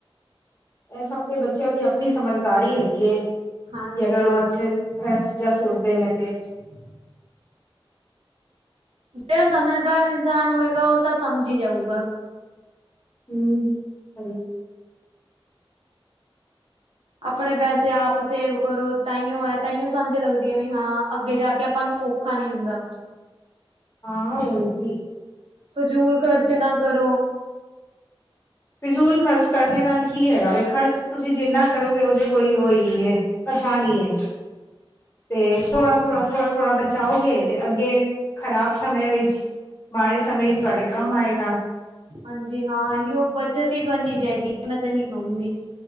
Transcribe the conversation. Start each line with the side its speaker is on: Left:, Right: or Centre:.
Left: ਏ ਸਬ ਤੇ ਬੱਚੇਆਂ ਦੀ ਆਪਣੀ ਸਮਝਦਾਰੀ ਹੈਗੀ ਐ, ਕਿ
Right: ਹਾਂਜੀ
Left: ਅਗਰ
Right: ਹਾਂ
Left: ਓ ਅੱਛੇ ਏ ਚੀਜ਼ਾਂ ਸੋਚਦੇ ਨੇ ਤੇ
Right: <inaudible> ਜੇੜਾ ਸਮਝਦਾਰ ਇਨਸਾਨ ਹੋਏਗਾ ਉਹ ਤਾਂ ਸਮਝ ਈ ਜਾਊਗਾ।
Left: ਹੂੰ ਸਈ।
Right: ਆਪਣੇ ਪੈਸੇ ਆਪ ਸੇਵ ਕਰੋ ਤਾਂਈਓ ਐ ਤਾਂਈਓ ਸਮਝ ਲੱਗਦੀ ਆ ਵੀ ਹਾਂ ਅੱਗੇ ਜਾ ਕੇ ਆਪਾਂ ਨੂੰ ਔਖਾ ਨੀ ਹੁੰਦਾ।
Left: ਆਹੋ ਏ ਤੀ।
Right: ਫਜ਼ੂਲ ਖ਼ਰਚ ਨਾ ਕਰੋ।
Left: ਫਜ਼ੂਲ ਖਰਚ ਕਰਨ ਦੇ ਨਾਲ ਕੀ ਹੈਗਾ ਵੇ ਖਰਚ ਤੁਸੀਂ ਜਿੰਨਾ ਕਰੋਗੇ ਓਦੇ ਕੋਈ ਓ ਹੈਗੀ ਐ। ਅੱਛਾ ਨੀਏ, ਤੇ ਥੋੜਾ,
Right: ਹਾਂਜੀ
Left: ਥੋੜ-ਥੋੜਾ ਥੋੜ੍ਹਾ, ਬਚਾਓਗੇ ਤੇ ਅੱਗੇ ਖ਼ਰਾਬ ਸਮੇ ਵਿੱਚ ਮਾੜੇ ਸਮੇਂ ਚ ਤੁਆਡੇ ਕੰਮ ਆਏਗਾ।
Right: ਹਾਂਜੀ, ਹਾਂ ਹੀ ਉਹ ਬੱਚਤ ਹੀ ਕਰਨੀ ਚਾਹੀਦੀ ਹੈ। ਮੈਂ ਤੇ ਏਹੀ ਕਹੂੰਗੀ?